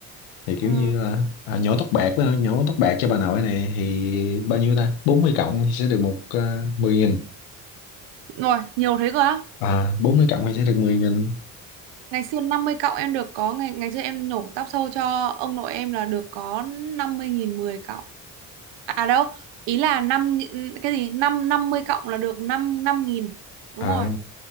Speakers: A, on the left; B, on the right.
A: thì kiểu
B: Ừ.
A: như là à, nhổ tóc bạc với nhổ tóc bạc cho bà nội này thì bao nhiêu ta 40 cộng thì sẽ được một uh, 10 nghìn
B: Rồi, nhiều thế cơ á.
A: à, 40 cộng thì sẽ được mười nghìn
B: Ngày xưa 50 cọng em được có ngày ngày xưa em nhổ tóc sâu cho ông nội em là được có 50 nghìn 10 cọng. À đâu, ý là năm cái gì? năm năm mươi cọng là được 5 5 nghìn. Đúng
A: à,
B: rồi.